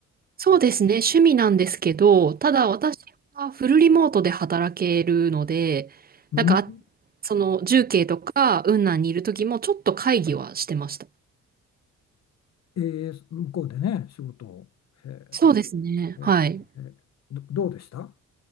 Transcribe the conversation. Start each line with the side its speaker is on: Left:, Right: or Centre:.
Right: そうですね、趣味なんですけど、ただ私はフルリモートで働けるので、
Left: うん。
Right: なんか、あその重慶とか雲南にいる時もちょっと会議はしてました。
Left: えー向こうでね、仕事を。へ
Right: そうですね、
Left: え、
Right: はい。
Left: へえ、へえど、どうでした